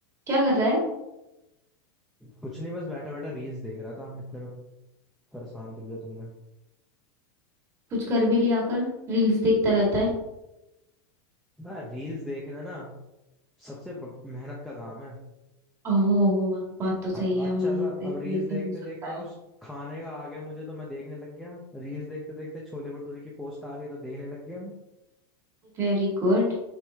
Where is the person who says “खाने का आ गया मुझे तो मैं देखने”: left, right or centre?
Centre